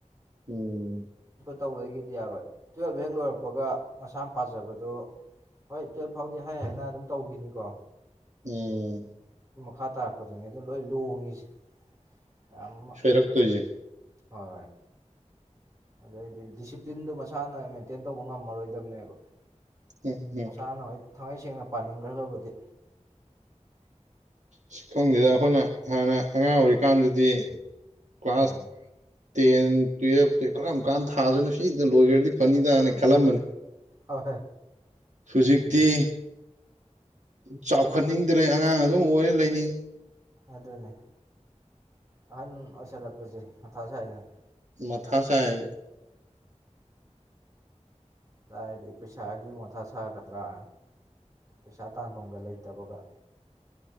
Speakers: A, on the right; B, on the right.
A: ꯎꯝ
B: ꯇꯧꯔꯣꯏꯒꯤꯗꯤ ꯌꯥꯔꯣꯏ ꯇꯨꯌꯦꯜꯕ ꯍꯦꯛ ꯂꯣꯏꯔꯛꯄꯒ ꯃꯁꯥꯅ ꯄꯥꯖꯕꯗꯨ ꯍꯣꯏ ꯇꯨꯌꯦꯜꯕ ꯐꯥꯎꯗꯤ ꯍꯥꯏ ꯍꯥꯏꯅ ꯑꯗꯨꯝ ꯇꯧꯒꯤꯅꯤꯀꯣ
A: ꯎꯝ
B: ꯃꯈꯥ ꯇꯥꯔꯛꯄꯗꯅꯤ ꯑꯗ ꯂꯣꯏ ꯂꯣꯡꯉꯤꯁꯦ ꯌꯥꯝ ꯑꯃ
A: ꯁꯣꯏꯔꯛ ꯇꯨꯏꯍꯦ
B: ꯍꯣꯏ ꯑꯗꯩꯗꯤ ꯗꯤꯁꯤꯄꯂ꯭ꯤꯟꯗꯣ ꯃꯥ ꯃꯁꯥꯅ ꯃꯦꯟꯇꯦꯟ ꯇꯧꯕ ꯉꯝꯃꯔꯣꯏꯗꯕꯅꯦꯕ
A: ꯎꯝ ꯎꯝ
B: ꯃꯁꯥꯅꯣꯏ ꯊꯃꯩ ꯁꯦꯡꯅ ꯄꯥꯅꯤꯡꯒ꯭ꯔꯒꯕꯨꯗꯤ
A: ꯁꯤ ꯈꯪꯗꯦꯗ ꯑꯩꯈꯣꯏꯅ ꯍꯥꯟꯅ ꯑꯉꯥꯡ ꯑꯣꯏꯔꯤꯀꯥꯟꯗꯗꯤ ꯀ꯭ꯂꯥꯁ
B: ꯑ
A: ꯇꯦꯟ ꯇꯨꯌꯦꯜꯞꯁꯦ ꯀꯔꯝ ꯀꯥꯟꯗ ꯊꯥꯗꯣꯏꯅꯣ ꯁꯤꯁꯤꯗ ꯂꯣꯏꯈ꯭ꯔꯗꯤ ꯐꯅꯤꯗꯅꯤ ꯈꯜꯂꯝꯕꯅꯤ
B: ꯍꯣꯏ
A: ꯍꯧꯖꯤꯛꯇꯤ
B: ꯍꯣꯏ
A: ꯆꯥꯎꯈꯠꯅꯤꯡꯗ꯭ꯔꯦ ꯑꯉꯥꯡ ꯑꯗꯨꯝ ꯑꯣꯏ ꯂꯩꯅꯤꯡꯉ
B: ꯑꯗꯨꯅꯦ ꯑꯍꯟ ꯑꯣꯏꯁꯜꯂꯛꯄꯁꯦ ꯃꯊꯁꯨ ꯍꯥꯏꯩꯅ
A: ꯃꯊꯥ ꯁꯥꯍꯦꯕ
B: ꯑꯗꯨꯗꯥꯏꯗꯤ ꯄꯩꯁꯥꯒꯤ ꯃꯣꯟꯊꯥ ꯁꯥꯒꯗ꯭ꯔꯥ ꯄꯩꯁꯥ ꯇꯥꯟꯐꯝꯒ ꯂꯩꯇꯕꯒ